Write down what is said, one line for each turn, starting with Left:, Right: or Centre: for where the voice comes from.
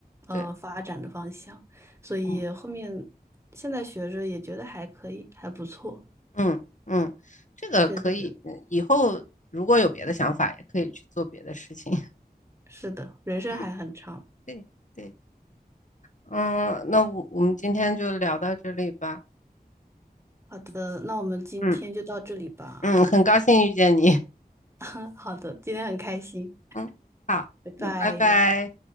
Right: 呃发展的方向，
Left: 对，
Right: 所以后面现在学着也觉得还可以，
Left: 嗯
Right: 还不错。
Left: 嗯嗯，这个可以，
Right: 对的，
Left: 嗯以后如果有别的想法，也可以去做别的事情。<laughs>
Right: 是的，人生还很长。
Left: 嗯，对对，嗯，那我我们今天就聊到这里吧。
Right: 好的，那我们今天就到这里吧。
Left: 嗯嗯，很高兴遇见你。
Right: 嗯，好的，今天很开心，
Left: 嗯，好，
Right: 拜拜。
Left: 嗯，拜拜。